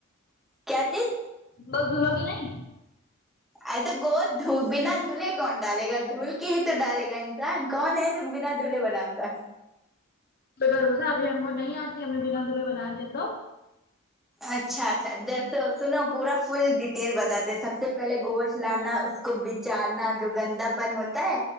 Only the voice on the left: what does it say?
گوشت دھلو گی نہیں
تو ب روزہ <unintelligible> ابھی ہم کو نہیں آتی ہم نے بنا دھلے بنا دیا تو